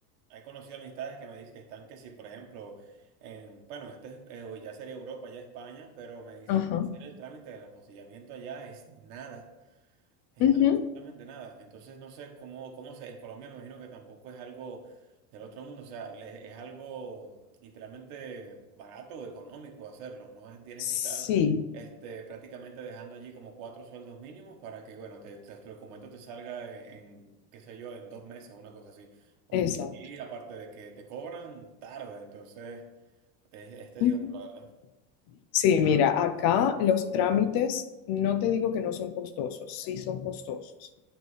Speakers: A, on the right; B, on the left.
A: He conocido amistades que me dicen que están que sí, por ejemplo, en, bueno, este es, eh, ya sería Europa, ya España, pero me dicen
B: Ajá.
A: que hacer el trámite del apostillamiento allá es nada. Es
B: Ujú.
A: nada, absolutamente nada. Entonces no sé cómo, cómo se, en Colombia me imagino que tampoco es algo del otro mundo, o sea, le- es algo literalmente barato o económico hacerlo, no es, tienes que
B: Sí,
A: estar este, prácticamente dejando allí como cuatro sueldos mínimos para que, bueno, te, te- tu documento te salga en, qué sé yo, en dos meses o una cosa así, porque
B: exacto.
A: y aparte de que te cobran, tarda, entonces es, es tedioso,
B: Ujú.
A: la verdad.
B: Sí, mira, acá los trámites, no te digo que no son costosos, sí son costosos.